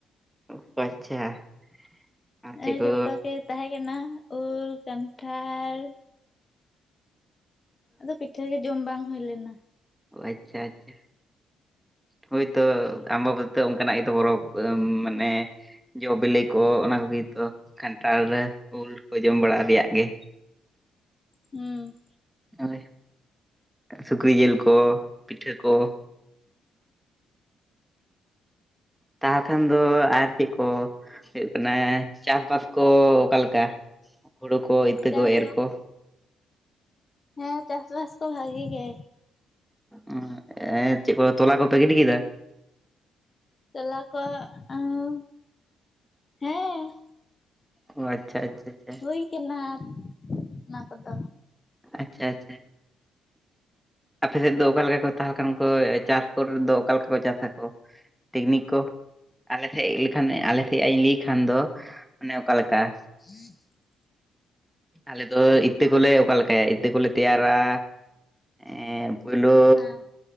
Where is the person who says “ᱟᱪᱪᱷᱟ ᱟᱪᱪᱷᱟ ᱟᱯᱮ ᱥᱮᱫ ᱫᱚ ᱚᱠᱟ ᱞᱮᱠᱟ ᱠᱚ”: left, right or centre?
Centre